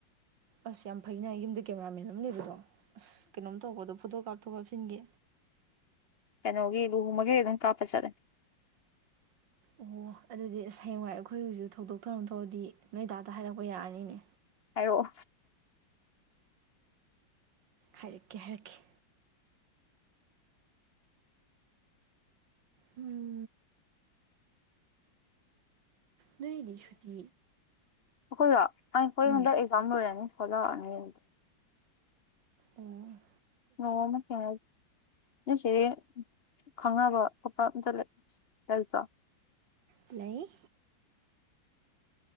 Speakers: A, on the right; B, on the left.
A: ꯑꯁ ꯌꯥꯝ ꯐꯩꯅꯦ ꯌꯨꯝꯗ ꯀꯦꯃꯦꯔꯥ ꯃꯦꯟ ꯑꯃ ꯂꯩꯕꯗꯣ ꯑꯁ ꯀꯩꯅꯣꯝ ꯇꯧꯕꯗꯣ ꯐꯣꯇꯣ ꯀꯥꯞꯊꯣꯛ ꯀꯥꯞꯁꯤꯟꯒꯦ
B: ꯀꯩꯅꯣꯒꯤ ꯂꯨꯍꯣꯡꯕꯒꯩ ꯑꯗꯨꯝ ꯀꯥꯞꯄ ꯆꯠꯂꯦ
A: ꯑꯣ ꯑꯗꯨꯗꯤ ꯑꯁ ꯍꯌꯦꯡꯋꯥꯏ ꯑꯩꯈꯣꯏꯒꯤꯁꯨ ꯊꯧꯗꯣꯛ ꯊꯧꯔꯝ ꯇꯧꯔꯗꯤ ꯅꯣꯏ ꯇꯥꯛꯇ ꯍꯥꯏꯔꯛꯄ ꯌꯥꯔꯅꯤꯅꯦ
B: ꯍꯥꯏꯔꯣ
A: ꯍꯥꯏꯔꯛꯀꯦ ꯍꯥꯏꯔꯛꯈꯤ ꯎꯝ ꯅꯣꯏꯗꯤ ꯁꯨꯇꯤ
B: ꯑꯈꯣꯏꯔꯣ ꯑꯩꯈꯣꯏ
A: ꯎꯝ
B: ꯍꯟꯗꯛ ꯑꯦꯛꯖꯥꯝ ꯂꯣꯏꯔꯅꯤ ꯈꯣꯂꯥꯑꯅꯤ
A: ꯎꯝ
B: ꯅꯣꯡꯃ ꯃꯥ ꯊꯦꯡꯅꯖꯤ ꯅꯣꯏ ꯆꯦꯗꯤ ꯈꯪꯅꯕ ꯈꯣꯠꯄ ꯑꯝꯇ ꯂꯩ ꯂꯩꯇ꯭ꯔꯣ
A: ꯂꯩ